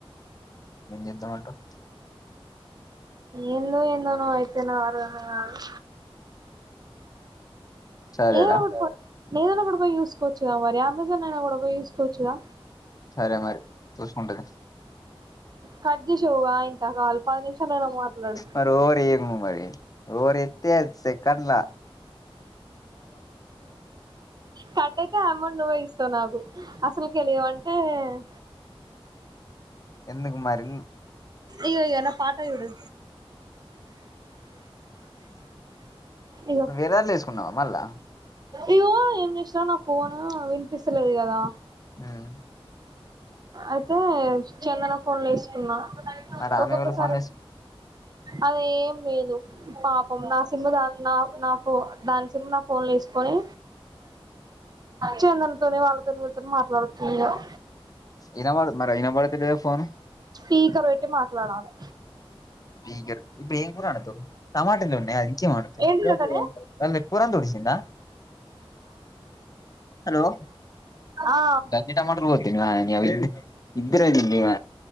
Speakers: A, on the left; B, on the right.
A: ఏంచేదం అంటుండు
B: ఏందో ఏందో నువ్వైతే నాకు అర్ధం కాదు
A: సరేరా
B: ఏయ్ ఓక్ నేనైనా కూడాయి చూసుకోవచ్చుగా మరి అమెజాన్ అయినా కూడా పోయి చూసుకోవచ్చుగా
A: సరే మరి చూసుకుంటది
B: కట్ జేసేవ్ వాయ్ నాకు అ పది నిమిషాలనా మాట్లాడు
A: మరి ఓవర్ చేయకు నువ్వు మరి ఓవర్ చెత్తె అది సే కడలా
B: కాట్టతే ఆ అమౌ నాగు అసల్కే లేవు అంటే అ
A: ఎందుకుమరి
B: ఇగో ఇగో నా పాట చూడు ఇగో
A: వేరే దంట్ల ఏసుకున్నావా మల్లా
B: ఇగో ఏం చేసిన నా పోను వినిపిించస్తులేదు కదా
A: హ్మ్మ్
B: అయితే చందన ఫోన్లు వేసుకున్నా
A: మరి ఆమె
B: ఒక్కొక్కసారి
A: ఎవళ ఫోన్ ల ఏసు
B: అదేం లేదు పాపం నా సిమ్ దా నా నా ఫో దాని సిమ్ నా ఫోన్ లో వేసు ని చందనతోని వాళ్ళతోని వీళ్ళతోని మాట్లాడుతున్నారు
A: ఇనా పడదు మరి ఇనా వాడుత లేద ఫోన్
B: స్పీకర్ పెట్టి మాట్లాడలే
A: ఈగల్ ఇప్పుడు ఏం కూర అండుతావు టమాటలు ఉన్నాయా ఇంకేం అండుతావు
B: ఏంటిదటనే
A: కురంత ఓడిసిందా హలో
B: ఆ
A: గన్ని టమాటలు కొతినీ గదే ఇద్దరండి ఈమ